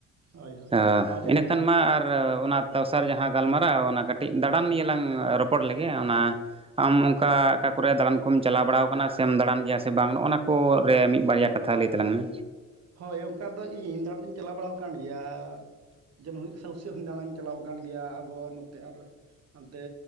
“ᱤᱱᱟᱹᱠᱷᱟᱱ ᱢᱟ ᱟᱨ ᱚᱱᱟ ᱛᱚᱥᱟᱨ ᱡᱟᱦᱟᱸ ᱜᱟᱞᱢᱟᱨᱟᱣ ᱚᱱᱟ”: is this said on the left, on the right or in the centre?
Right